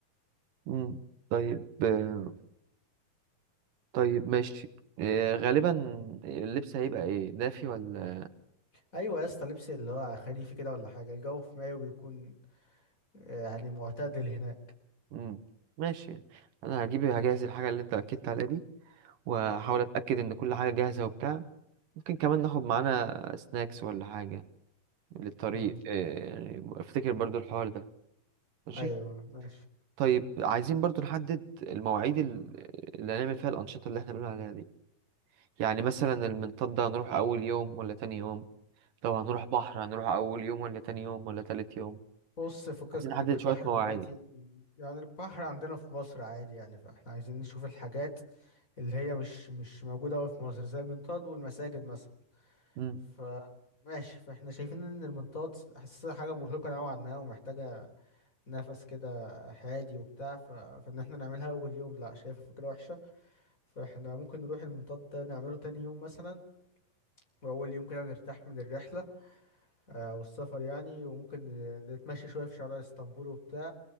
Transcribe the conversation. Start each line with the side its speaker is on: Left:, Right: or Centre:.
Right: مم. طيب آه، طيب ماشي آه، غالبا اللبس هيبقى ايه دافي ولا
Left: ايوه يا اسطى لبس اللي هو خريفي كده ولا حاجة الجو في مايو بيكون آه، يعني معتدل هنا
Right: مم. ماشي انا هجيب هجهز الحاجه اللي انت اكدت عليها دي وهحاول
Left: تمام
Right: اتاكد ان كل حاجه جاهزه وبتاع ممكن كمان ناخد معانا سناكس ولا حاجه للطريق
Left: امم
Right: آه، يعني افتكر برضو الحوار ده ماشي
Left: ايوه ماشي
Right: طيب عايزين برضو نحدد المواعيد ال- اللي هنعمل فيها الانشطه اللي احنا بنقول عليها دي يعني مثلا المنطاد ده هنروح اول يوم ولا تاني يوم طب هنروح بحر هنروح أول يوم ولا تاني يوم ولا تالت يوم
Left: بص فكك
Right: عايزين نحدد
Left: من البحر
Right: شوية مواعيد
Left: دلوقتي يعني البحر عندنا في مصر عادي يعني فاحنا عايزين نشوف الحاجات اللي هي مش مش موجودة أوي في مصر زي المنطاد والمساجد مثلا
Right: مم.
Left: ف ماشي فاحنا شايفين ان المنطاد حاسسها حاجة مرهقة نوعا ما ومحتاجة نفس كده هادي وبتاع ف... فان احنا نعملها اول يوم لا شايفها فكرة وحشة فاحنا ممكن نروح المنطاد ده نعمله تاني يوم مثلا واول يوم كده نرتاح من الرحلة آه، او السفر يعني وممكن نتمشى شوية في شوارع اسطنبول وبتاع